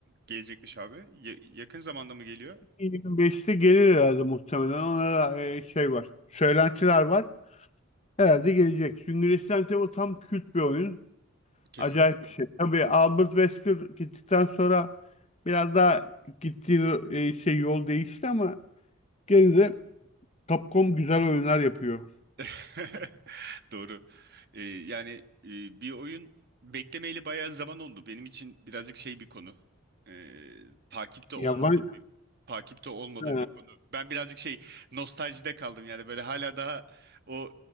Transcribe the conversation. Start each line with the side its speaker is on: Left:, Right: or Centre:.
Right: gelecekmiş abi? Ya- yakın zamanda mı geliyor?
Left: 25'te gelir herhalde muhtemelen. Ona e, şey var. Söylentiler var. Herhalde gelecek. Çünkü Resident Evil tam kült bir oyun.
Right: Kesin.
Left: Acayip bir şey. Tabii Albert Wesker gittikten sonra biraz daha gittiği e, şey yol değişti ama gene de Capcom güzel oyunlar yapıyor.
Right: <laughs> Doğru. Ee, yani e, bir oyun beklemeyeli bayağı zaman oldu. Benim için birazcık şey bir konu. Ee, takipte
Left: Yaban
Right: olmadığım bir takipte olmadığım
Left: He,
Right: bir konu. Ben birazcık şey nostaljide kaldım yani böyle hala daha o